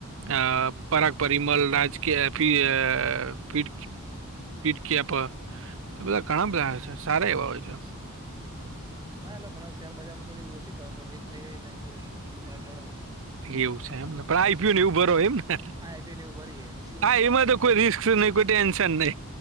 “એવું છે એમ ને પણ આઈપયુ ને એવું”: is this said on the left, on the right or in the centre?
Right